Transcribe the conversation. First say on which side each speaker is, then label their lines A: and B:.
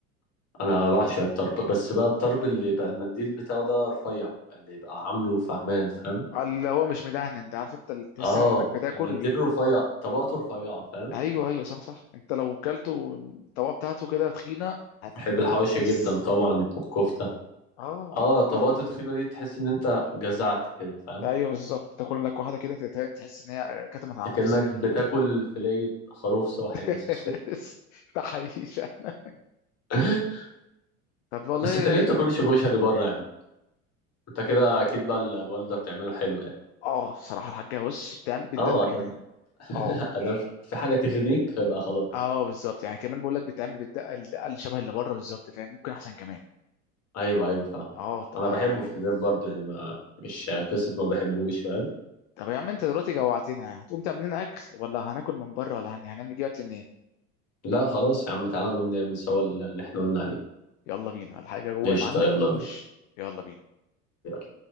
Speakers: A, on the left; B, on the left.
A: انا بعشق الطرب بس بقى الطرب اللي يبقى المنديل بتاعه ده رفيع اللي يبقى عامله فهمان فاهم
B: اللي هو مش مدهن انت عارف انت اللي تحس
A: اه
B: انك بتاكل
A: المنديل الرفيع طبقته رفيعة فاهم
B: ايوه ايوه صح صح انت لو كلته الطبقه بتاعته كده تخينه
A: بحب الحواوشي
B: هتحس
A: جدا طبعا والكفتة
B: اه
A: اه طبقته
B: كف...
A: تخينة دي تحس ان انت جزعت كده فاهم
B: ايوه بالظبط تاكل لك واحده كده تتهان تحس ان هي كتمت على
A: اكنك
B: نفسك
A: بتاكل فلية خروف صاحي
B: <laughs>
A: مثلا
B: ده حقيقي فعلا.
A: <laughs>
B: طب والله
A: بس انت
B: رايق
A: ليه بتاكلش كشري بره يا عم انت كده اكيد بقى ال- الوالدة بتعمله حلو يعني
B: اه بصراحه الحاجه بص بتعمل بتدقق
A: اه ادم
B: كمان
A: <laughs>
B: اه
A: ادم في حاجة تغنيك فيبقى خلاص
B: اه بالظبط يعني كمان بقول لك بتعمل بالدقه الدقه اللي شبه اللي بره بالظبط فاهم ممكن احسن كمان
A: ايوه ايوه فاهم
B: اه طب
A: انا
B: اه
A: بحبه
B: يعني
A: في البيت برضه يعني ما مش قصة ما بحبوش فاهم
B: طب يا عم انت دلوقتي جوعتنا هتقوم تعمل لنا اكل ولا هناكل من بره ولا هن... هنعمل نجيب اكل منين
A: لا خلاص يا عم تعالى نقوم نعمل سوا اللي احنا قلنا عليه
B: يلا بينا الحاجه جوه
A: قشطة
B: يا معلم
A: يلا
B: خش
A: بينا
B: يلا بينا
A: يلا.